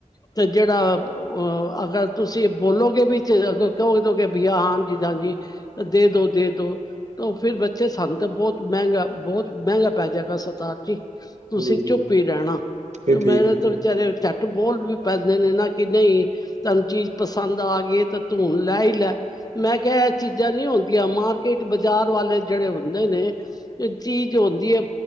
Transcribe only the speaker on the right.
ਹੂੰ
ਇਹ
ਠੀਕ ਹੈ